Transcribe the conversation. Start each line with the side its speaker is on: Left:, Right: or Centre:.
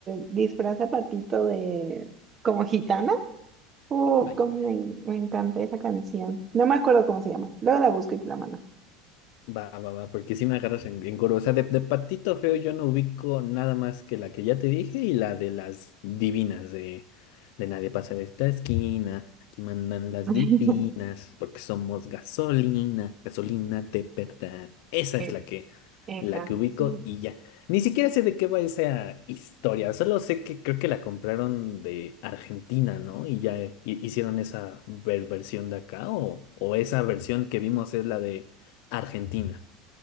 Right: disfraza Patito de como gitana. Uh,
Left: Ay,
Right: cómo me, me encanta esa canción. No me acuerdo cómo se llama. Luego la busco y te la mando.
Left: Va, va, va, porque si me agarras en, en curva. O sea, de, de patito feo yo no ubico nada más que la que ya te dije y la de las divinas de, de nadie pasa de esta esquina. Aquí mandan las
Right: <laughs>
Left: divinas porque somos gasolina, gasolina de verdad. Esa es
Right: E-
Left: la que,
Right: Esa,
Left: la que ubico
Right: sí.
Left: y ya. Ni siquiera sé de qué va esa historia. Solo sé que creo que la compraron de Argentina, ¿no? Y ya eh, hi- hicieron esa ver- versión de acá o, o esa versión que vimos es la de Argentina.